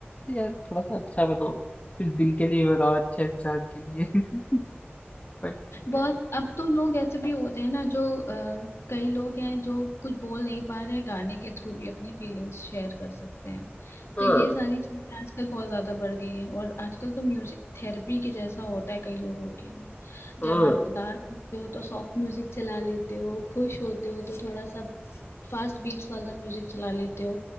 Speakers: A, on the left (about 35°); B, on the left (about 80°).
A: यार थोड़ा सा अच्छा बनाओ कुछ दिल के लिए बनाओ अच्छे इंसान के लिए <laughs> बट ठीक
B: बहुत
A: है।
B: अब तो लोग ऐसे भी होते हैं ना जो अ, कई लोग हैं जो कुछ बोल नहीं पा रहे हैं गाने के थ्रू भी अपनी फीलिंग्स शेयर कर सकते हैं
A: हाँ
B: तो ये सारी चीजें आजकल बहुत ज्यादा बढ़ गई है और आजकल तो म्यूजिक थेरेपी के जैसा होता है कई लोगों के लिए
A: हाँ
B: जब आप उदास होते हो तो सॉफ्ट म्यूजिक चला लेते हो खुश होते हो तो थोड़ा सा फास्ट बीट्स वाला म्यूजिक चला लेते हो